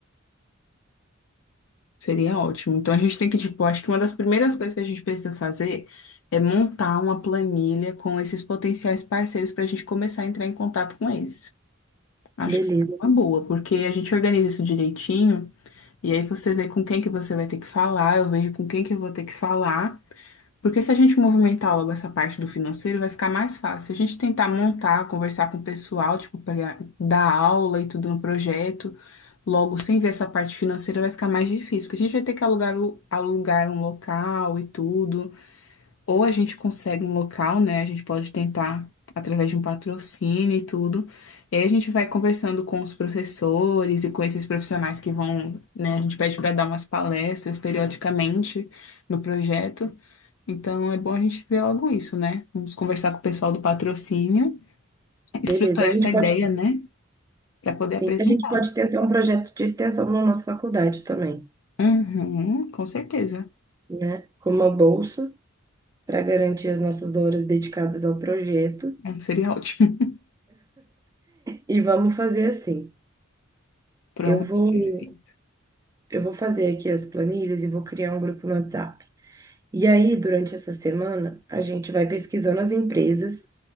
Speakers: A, on the left; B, on the right.
A: Seria ótimo. Então a gente tem que, tipo, acho que uma das primeiras coisas que a gente precisa fazer é montar uma planilha com esses potenciais parceiros para a gente começar a entrar em contato com eles. Acho
B: Beleza,
A: que seria uma boa, porque a gente organiza isso direitinho. E aí você vê com quem que você vai ter que falar, eu vejo com quem que eu vou ter que falar. Porque se a gente movimentar logo essa parte do financeiro, vai ficar mais fácil. Se a gente tentar montar, conversar com o pessoal, tipo, pegar, dar aula e tudo no projeto, logo sem ver essa parte financeira, vai ficar mais difícil. Porque a gente vai ter que alugar, o- alugar um local e tudo. Ou a gente consegue um local, né? A gente pode tentar através de um patrocínio e tudo. E aí a gente vai conversando com os professores e com esses profissionais que vão, né? A gente pede para dar umas palestras periodicamente no projeto. Então é bom a gente ver logo isso, né? Vamos conversar com o pessoal do patrocínio, estruturar
B: beleza. A gente
A: essa ideia,
B: pode,
A: né? Para poder
B: sim,
A: apresentar.
B: a gente pode tentar um projeto de extensão na nossa faculdade também.
A: Uhum, com certeza. <laughs>
B: né, com uma bolsa para garantir as nossas horas dedicadas ao projeto.
A: É, Seria ótimo.
B: E vamos fazer assim.
A: <laughs> Pronto,
B: Eu vou,
A: perfeito.
B: eu vou fazer aqui as planilhas e vou criar um grupo no WhatsApp. E aí, durante essa semana, a gente vai pesquisando as empresas